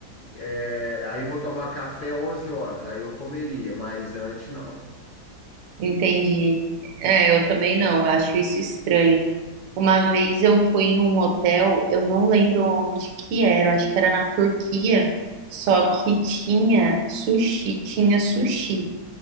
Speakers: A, on the left; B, on the right.
A: é, aí vou tomar café 11 horas, aí eu comeria, mas antes não.
B: entendi. É, eu também não, eu acho isso estranho. Uma vez eu fui em um hotel, eu não lembro onde que era, acho que era na Turquia, só que tinha sushi, tinha sushi